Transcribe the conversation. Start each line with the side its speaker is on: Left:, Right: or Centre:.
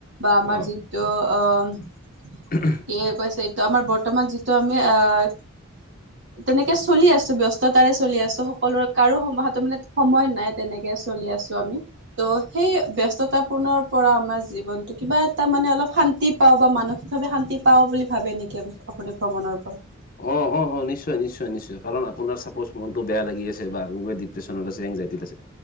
Right: বা আমাৰ
Left: অ
Right: যিটো, আঁ
Left: <unintelligible>
Right: এইয়ে কৈছে! এইটো আমাৰ বৰ্তমান, যিটো আমি, আঁ তেনেকে চলি আছোঁ, ব্যস্ততাৰে চলি আছোঁ। সকলোৰে, কাৰো হাতত মানে, সময় নাই। তেনেকে চলি আছোঁ আমি। ত'! সেই, ব্যস্ততাপূৰ্ণ পৰা, আমাৰ জীৱনটো কিবা এটা মানে, অলপ শান্তি পাওঁ বা মানসিকভাৱে শান্তি পাওঁ বুলি, ভাবে নেকি আপুনি ভ্ৰমণৰ পৰা?
Left: অ' অ' অ'! নিশ্চয়, নিশ্চয়, নিশ্চয়। কাৰণ, আপোনাৰ চাপোজ, মনটো বেয়া লাগি আছে বা আপোনি ডিপ্ৰেছন আছে, এনজাইটিত আছে।